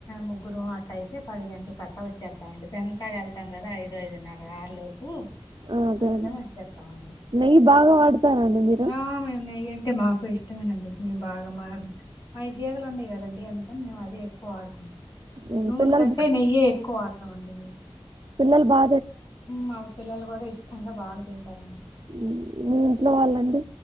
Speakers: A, on the left; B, on the right.
A: ముగ్గురు అట్ట అయితే పది గంటల కట్టా వచ్చేస్తాండి పెన్కాడ వెళ్తాం కదా ఐదు ఐదున్నర లోపు
B: ఆ, అదే
A: అయితేనే
B: అండి
A: వచ్చేస్తామండి
B: నెయ్యి బాగా వాడతారండి మీరు
A: ఆ మేము నెయ్యి అంటే మాకు ఇష్టమేనండి మే బాగా మా గేదలు ఉండయి కదండి ఎందుకని మే అది ఎక్కువ ఆడుకుంట
B: ఉమ్,
A: నూనె
B: పిల్లలు
A: కంటే నెయ్యే ఎక్కువ ఆడతామండి మీరు
B: పిల్లలు బా
A: మా పిల్లలు కూడా ఇష్టంగా బాగా తింటారండి
B: ఉమ్, మీ ఇంట్లో వాళ్ళండి